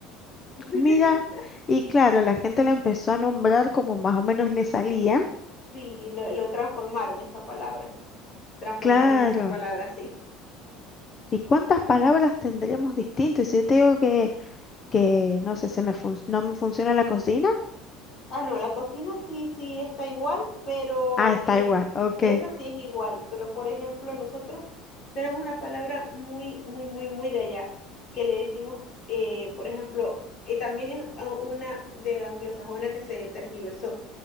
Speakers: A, on the left; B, on the left.
A: <laughs>
B: Mira, y claro, la gente la empezó a nombrar como más o menos le salía.
A: Sí, lo, lo transformaron esa palabra, transformaron
B: Claro.
A: esa palabra así.
B: ¿Y cuántas palabras tendremos distintas? Si yo te digo que, que no sé, se me fun- no me funciona la cocina,
A: Ah, no, la cocina sí, sí está igual, pero
B: ah, está
A: eh,
B: igual, ok.
A: esa sí es igual. Pero por ejemplo, nosotros tenemos una palabra muy, muy, muy, muy de allá, que le decimos, eh, por ejemplo, eh, también es a- una de anglosajona que se tergiversó.